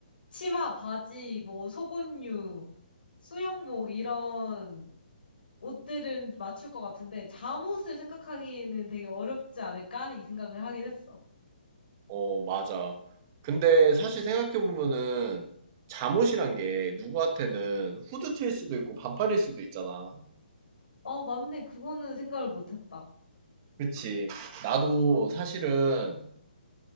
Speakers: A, on the left; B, on the right.
A: 치마, 바지, 뭐 속옷류, 수영복 이런 옷들은 맞출 것 같은데 잠옷을 생각하기에는 되게 어렵지 않을까? 이 생각을 하긴 했어.
B: 어, 맞아. 근데 사실 생각해보면은 잠옷이란 게 누구한테는 후드티일 수도 있고 반팔일 수도 있잖아.
A: 아, 맞네. 그거는 생각을 못했다.
B: 그치. 나도 사실은,